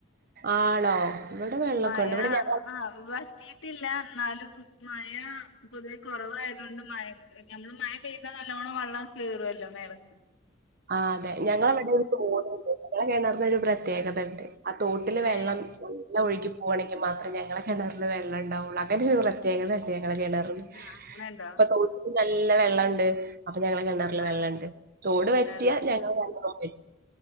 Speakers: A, on the right (about 50°); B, on the left (about 75°).
A: ആണോ ഇവിടെ വെള്ളമൊക്കെ
B: മയ
A: ഉണ്ട് ഇവിടെ ഞങ്ങ
B: ആ വറ്റിട്ടില്ല എൺന്നാലും മഴ പൊതുവേ കൊറവായതുകൊണ്ട് മ നമ്മള് മഴ പെയ്താ നല്ലോണം വെള്ളം കേറുവല്ലോ മേള്
A: ആ അതെ ഞങ്ങളവിടെ ഒരു തോട്ണ്ട് ഞെ കേണറിന്ന ഒരു പ്രത്യേകതണ്ട് ആ തോട്ടില് വെള്ളം
B: ഏ
A: വെല്ല ഒഴികി പോകണെങ്കിൽ മാത്രേ ഞങ്ങളെ കിണറില് വെള്ളംണ്ടാവുള്ളൂ അങ്ങന ഒരു പ്രത്യേകതയട്ടേ ണറും
B: ആ അങ്ങനെണ്ടോ
A: ഇപ്പൊ തോട്ടില് നല്ല വെള്ളം ഉണ്ട് അപ്പൊ ഞങ്ങള് കെണറിലല്
B: ആ
A: വെള്ളംണ്ട് തോട് വറ്റിയ
B: വെള്ളണ്ട്
A: ഞങ്ങ വെള്ള വറ്റി